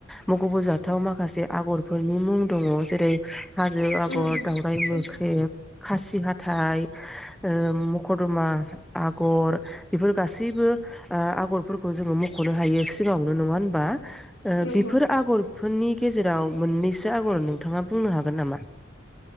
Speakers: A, in the centre; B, on the left.
A: मखबो जाथाव माखासे आगरफोरनि मुं दङ जेरै हाजो आगर
B: उम
A: दाावराइ
B: सैथो
A: मोख्रेब खासि हाथाय ओ मखदमा आगर बेफोर गासैबो ओ आगरफोरखौ जोङो मखनो हायो सिगाङावनो नङा होनबा ओ
B: नंगौ
A: बेफोर आगरफोरनि गेजेराव मोननैसो आगर नोंथाङा बुंनो हागोन नामा